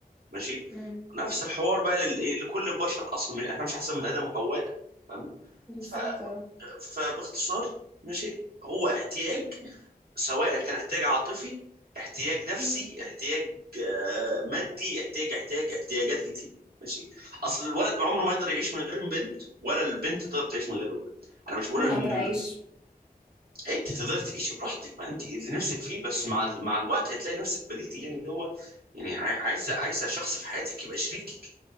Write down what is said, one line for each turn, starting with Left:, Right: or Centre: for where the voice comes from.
Right: ماشي
Centre: مم.
Right: نفس الحوار بقى للايه لكل البشر اصلا احنا مش احسن من ادم وحواء فاهمة
Centre: بالظبط
Right: ف...
Centre: آه.
Right: فباختصار ماشي هو احتياج سواء كان احتياج عاطفي احتياج نفسي
Centre: مم.
Right: احتياج آه، مادي احتياج احتياج احتياجات كتير ماشي اصل الولد عمره ما يقدر يعيش من غير البنت ولا البنت تقدر تعيش من غير الولد انا مش بقول
Centre: انا
Right: ان
Centre: اقدر
Right: ال-
Centre: اعيش
Right: إيه، انت تقدري تعيشي براحتك ما انت اللي نفسك فيه بس مع مع الوقت هتلاقي نفسك بديتي يعني اللي هو يعني عاي- عايزه عايزه شخص في حياتك يبقى شريكك